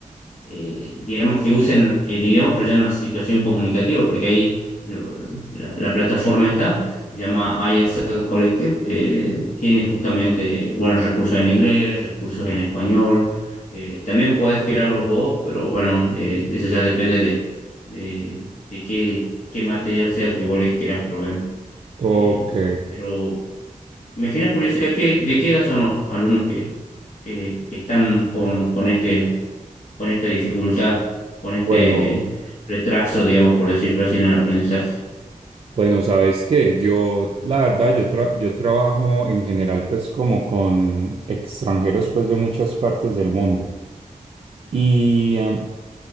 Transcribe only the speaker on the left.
eh, digamos que usen el idioma, pero ya en una situación comunicativa, porque ahí lo- la, la plataforma está, se llama ISL Collective, eh, tiene justamente, bueno, recursos en inglés, recursos en español, eh, también podés crearlos vos, pero bueno, eh, eso ya depende de, de, de qué, qué material sea el que vos le querás proveer.
Eh, pero me genera curiosidad que, de qué edad son los alumnos que, que, que están con, con este, con esta dificultad, con
este retraso, digamos, por decirlo así, en el aprendizaje.